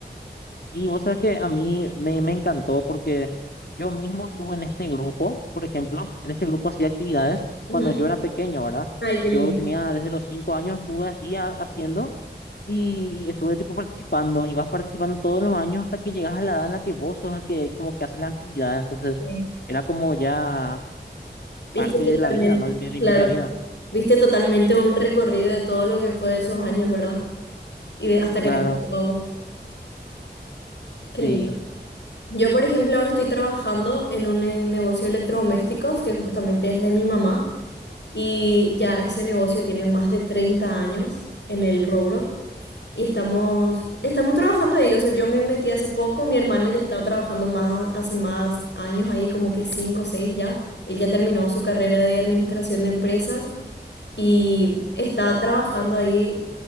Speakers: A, on the left; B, on the left.
A: Y vos sabes que a mí me, me encantó porque yo mismo estuve en este grupo, por ejemplo, en este grupo hacía actividades
B: Ujú.
A: cuando yo era pequeño, ¿verdad?
B: Ay, qué
A: Yo
B: lindo.
A: tenía desde los cinco años, estuve así ha- haciendo. Y, estuve tipo participando, y vas participando todos los años hasta que llegas a la edad en la que vos sos el que como que haces las actividades. Entonces,
B: Sí.
A: era como ya
B: Viste
A: parte
B: totalmente,
A: de la vida, ¿no? De mi, mi
B: claro,
A: propia vida.
B: viste totalmente un recorrido de todo lo que fue esos años, ¿verdad? Y de hasta
A: Claro,
B: que te tocó a vos. Qué
A: sí.
B: lindo. Yo, por ejemplo, ahora estoy trabajando en un eh, negocio de electrodomésticos que justamente es de mi mamá y ya ese negocio tiene más de 30 años en el rubro y estamos, estamos trabajando ahí. O sea, yo me metí hace poco, mi hermano ya estaba trabajando más, hace más años ahí, como que 5 o 6 ya. Él ya terminó su carrera de administración de empresas y está trabajando ahí